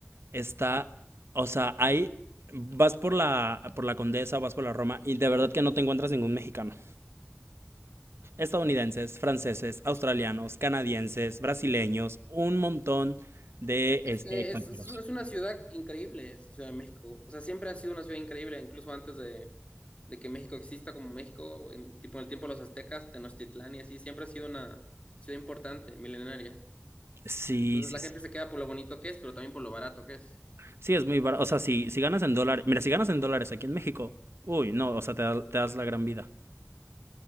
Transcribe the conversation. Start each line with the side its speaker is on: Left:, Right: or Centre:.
Right: está... O sea, ahí vas por la, por la Condesa, vas por la Roma y de verdad que no te encuentras ningún mexicano. Estadounidenses, franceses, australianos, canadienses, brasileños, un montón de
Left: Es
Right: este,
Left: que
Right: extranjeros.
Left: es, es una ciudad increíble, es la Ciudad de México. O sea, siempre ha sido una ciudad increíble, incluso antes de, de que México exista como México, en, tipo en el tiempo de los aztecas, Tenochtitlán y así, siempre ha sido una ciudad importante, milenaria.
Right: Sí,
Left: Entonces
Right: sí,
Left: la
Right: sí.
Left: gente se queda por lo bonito que es, pero también por lo barato que es.
Right: Sí, es muy barato. O sea, si, si ganas en dólares, mira, si ganas en dólares aquí en México, uy, no, o sea, te, da- te das la gran vida.